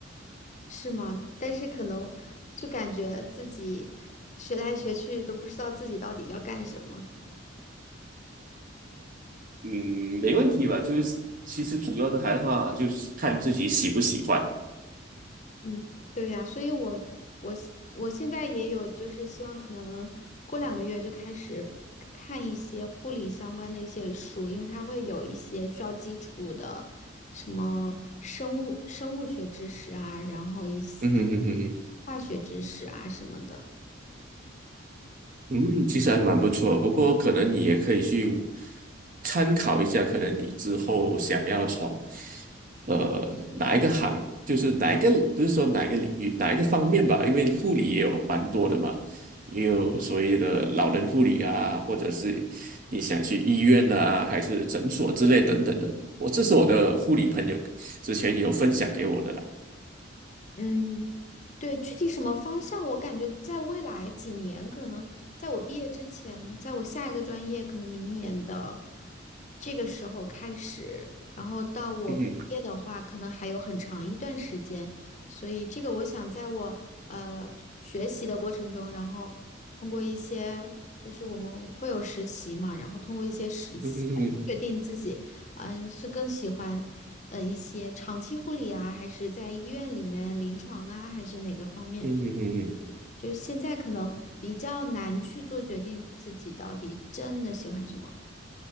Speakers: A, on the left; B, on the right.
A: 是吗？但是可能就感觉自己学来学去都不知道自己到底要干什么。
B: 嗯，没问题吧？就是其实主要的还话就是看自己喜不喜欢。
A: 嗯，对呀，所以我我现我现在也有就是希望可能过两个月就开始看一些护理相关的一些书，因为它会有一些需要基础的什么生物生物学知识啊，然后一些
B: 嗯哼哼哼哼。
A: 化学知识啊什么的。
B: 嗯，其实还蛮不错，不过可能你也可以去参考一下，可能你之后想要从呃哪一个行，就是哪一个，不是说哪一个领域，哪一个方面吧，因为护理也有蛮多的嘛，也有所谓的老人护理啊，或者是你想去医院啊，还是诊所之类等等的。我这是我的护理朋友之前有分享给我的啦。
A: 嗯，对，具体什么方向，我感觉在未来几年，可能在我毕业之前，在我下一个专业，可能明年的这个时候开始，然后到我毕业的话，
B: 嗯哼
A: 可能还有很长一段时间，所以这个我想在我呃学习的过程中，然后通过一些就是我们会有实习嘛，然后通过一些实习来确定自己。
B: 嗯哼嗯哼
A: 嗯，是更喜欢呃一些长期护理啊，还是在医院里面临床啊，还是哪个方面？
B: 嗯哼嗯哼
A: 就是现在可能比较难去做决定，自己到底真的喜欢什么。